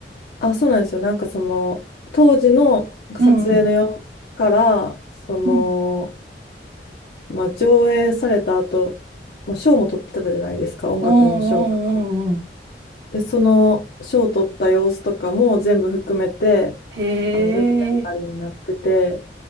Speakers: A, on the left (about 65°); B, on the right (about 75°).
A: あ、そうなんですよ。なんかその、当時のなんか撮影の様子から、
B: うんうん。
A: その、
B: うん。
A: まあ、上映された後、まあ、賞も取ってたじゃないですか、音楽の賞とか。
B: うんうんうんうん。
A: で、その賞を取った様子とかも全部含めて、
B: へ
A: あの、ドキュメンタリーになってて、
B: え、